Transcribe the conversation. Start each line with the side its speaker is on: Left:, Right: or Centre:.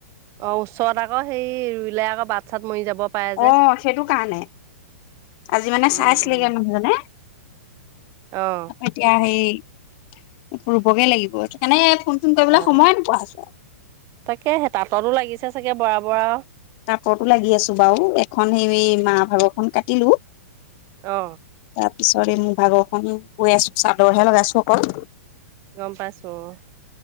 Right: অ ওচৰত আকৌ সেই ৰুইলে আকৌ বাট চাত মৰি যাব পাৰে যে
Left: অ সেইটো কাৰণে আজি মানে
Right: উম
Left: চাইছিলেগে
Right: উম
Left: মানুহজনে
Right: অ
Left: এতিয়া সেই ৰুবগে লাগিব সেইকাৰণে ফোন চোন কৰিবলে
Right: অ
Left: সময় নোপোৱা হৈছো
Right: তাকেহে সেই তাঁততো লাগিছে চাগে বৰা বৰা
Left: কাপোৰটো লাগি আছো বাৰু এখন সেই মাৰ ভাগৰখন কাটিলো
Right: অ
Left: তাৰ পিছত এই মোৰ ভাগৰখন বৈ আছো চাদৰহে লগাইছো অকল
Right: গম পাইছো অ